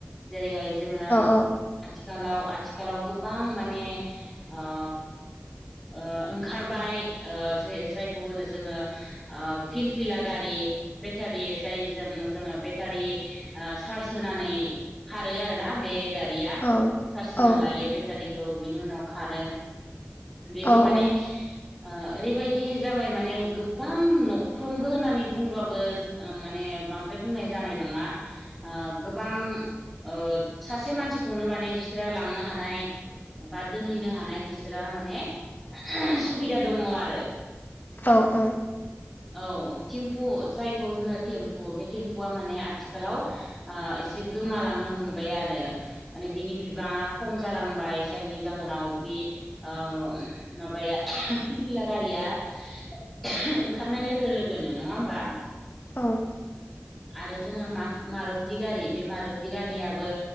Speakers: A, in the centre; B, on the left.
A: जेरैहाय जोङो
B: औ
A: आथिखालाव आथिखालाव गोबां माने ओ ओ ओंखारबाय ओ जे जायखौ होनो जोङो ओ फिलफिला गारि बेटारि जायजों जोंङो बेटारि ओ चार्ज होनानै खारो आरोना बे गारिया
B: औ
A: चार्ज होना
B: औ
A: लायो बेटारिखौ बिनि उनाव खारो
B: औ
A: बेबो
B: औ
A: माने ओ ओरैबायदि जाबाय माने गोबां न'फ्रोमबो होननानै बुंबाबो ओ माने बांद्राय बुंनाय जानाय नङा ओ गोबां ओ सासे मानसिखौनो माने बिस्रा लांनो हानाय बा दोनहैनो हानाय बिस्राहा माने सुबिदा दङ आरो
B: औ अ
A: औ थिम्फु जायखौ जनो थेम्पु बे थेम्पुआ माने आथिखालाव ओ एसे गोमालांनो हमबाय आरो माने बिनि बिबाङा खम जालांबाय जायनि जाहोनाव बि ओ माबाया फिलफिला गारिया ओंखारनाय लोगो लोगोनो नंङा होमबा
B: औ
A: आरो जोङो मा मारुथि गारि बे मारुथि गारियाबो